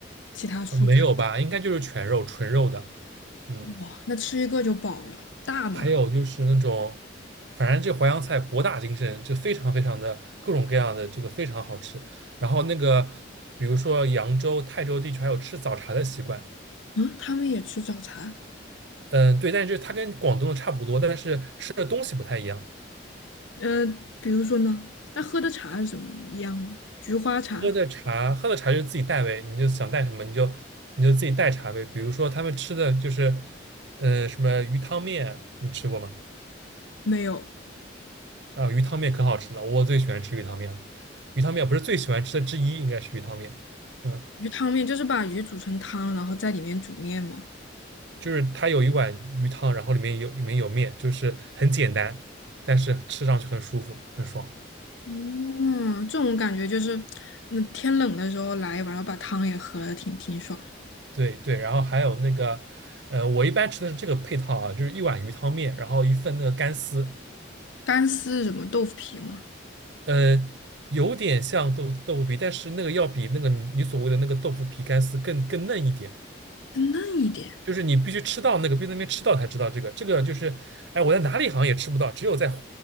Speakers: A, on the left (about 80°); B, on the right (about 65°).
A: 其他蔬菜？
B: 呃没有吧，应该就是全肉纯肉的，嗯。
A: 哇，那吃一个就饱了。大吗？
B: 还有就是那种，反正这淮扬菜博大精深，就非常非常的各种各样的这个非常好吃。然后那个，比如说扬州、泰州地区还有吃早茶的习惯，
A: 嗯，他们也吃早茶。
B: 嗯，对，但是就它跟广东的差不多，但是吃的东西不太一样。
A: 呃，比如说呢，那喝的茶是什么一样吗？菊花茶
B: 喝的茶，喝的茶就是自己带呗，你就想带什么你就你就自己带茶呗。比如说他们吃的就是，呃，什么鱼汤面，你吃过吗？
A: 没有，
B: 啊，鱼汤面可好吃了，我最喜欢吃鱼汤面了。鱼汤面不是最喜欢吃的之一，应该是鱼汤面。嗯。
A: 鱼汤面就是把鱼煮成汤，然后在里面煮面吗？
B: 就是它有一碗鱼汤，然后里面有里面有面，就是很简单，但是吃上去很舒服，很爽。
A: 嗯，这种感觉就是，那天冷的时候来一碗，然后把汤也喝了，挺挺爽。
B: 对对，然后还有那个，呃，我一般吃的是这个配套啊，就是一碗鱼汤面，然后一份那个干丝，
A: 干丝是什么豆腐皮吗？
B: 呃，有点像豆豆腐皮，但是那个要比那个你你所谓的那个豆腐皮干丝更更嫩一点，
A: 更嫩一点。
B: 就是你必须吃到那个，必须在那边吃到才知道这个，这个就是，哎，我在哪里好像也吃不到，只有在